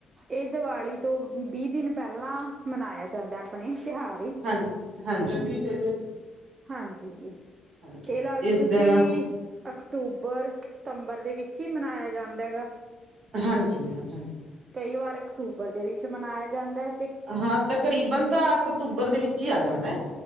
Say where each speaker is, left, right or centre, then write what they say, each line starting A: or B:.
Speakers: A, on the right (about 45°); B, on the right (about 65°).
A: ਇਹ ਦੀਵਾਲੀ ਤੋਂ ਵੀਹ ਦਿਨ ਪਹਿਲਾਂ ਮਨਾਇਆ ਜਾਂਦਾ ਆਪਣੇ, ਤਿਉਹਾਰ।
B: ਹਾਂ ਹਾਂਜੀ।
A: ਹਾਂਜੀ,
B: ਹਾਂਜੀ
A: ਤੇ ਇਹ ਲਾ ਲੋ
B: ਇਸ
A: ਤੁਸੀਂ
B: ਦਿਨ
A: ਅਕਤੂਬਰ, ਸਤੰਬਰ ਦੇ ਵਿਚ ਈ ਮਨਾਇਆ ਜਾਦਾ ਐਗਾ।
B: ਹਾਂਜੀ ਮੈਮ ਹਾਂਜੀ।
A: ਕਈ ਵਾਰ ਅਕਤੂਬਰ ਦੇ ਵਿਚ ਮਨਾਇਆ ਜਾਦਾਂ ਏ।
B: ਹਾਂ, ਤਕਰੀਬਨ ਤਾਂ ਅਕਤੂਬਰ ਦੇ ਵਿਚ ਈ ਆ ਜਾਦਾਂ ਏ।